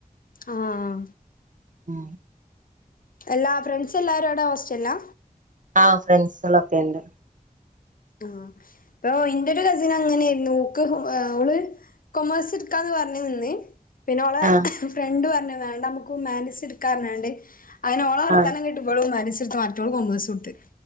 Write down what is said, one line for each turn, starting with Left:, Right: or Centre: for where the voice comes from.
Left: ആഹ
Right: ആ
Left: എല്ലാ ഫ്രണ്ട്സ് എല്ലാരോട ഹോസ്റ്റലാ
Right: ആഹ ഫ്രണ്ട്സ് എള്ളാം ഒപ്പെയ ഉണ്ട്
Left: ആഹ ഇപ്പൊ എന്റെ ഒരു കസിന് അങ്ങനൊയിരുന്നു ക്ക് അവള് കൊമേഴ്സ് എടുക്കാന്ന് പറഞ്ഞ നിന്ന് പിന്നെ അവളെ
Right: ആഹ്
Left: ഫ്രണ്ട് പറഞ്ഞ വേണ്ട നമുക്ക് മാനിച്ച എടുക്കാൻ വേണ്ടേ അതിനോള വർത്തനം
Right: ആഹ്
Left: കേട്ട ഇ മന മറ്റ കൊേഴട്ട്